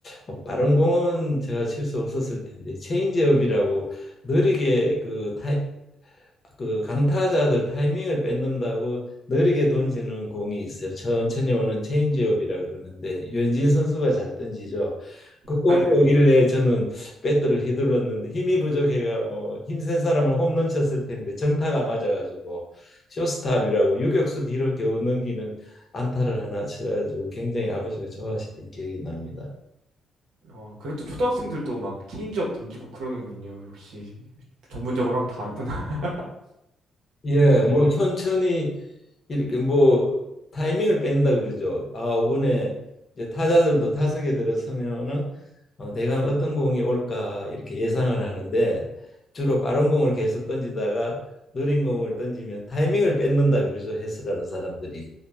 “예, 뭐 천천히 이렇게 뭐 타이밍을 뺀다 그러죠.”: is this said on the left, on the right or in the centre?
Left